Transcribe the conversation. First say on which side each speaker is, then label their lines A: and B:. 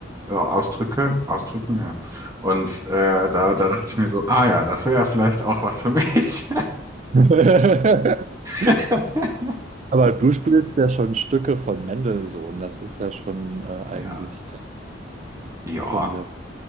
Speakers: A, on the right; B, on the right.
A: Äh, ausdrücke, ausdrücken, ja. Und äh, da, da dachte ich mir so, ah ja, das wäre ja vielleicht auch was für mich.
B: <laughs>
A: <laughs>
B: Aber du spielst ja schon Stücke von Mendelssohn. Das ist ja schon äh, eigentlich
A: Ja,
B: technisch
A: ja,
B: schon sehr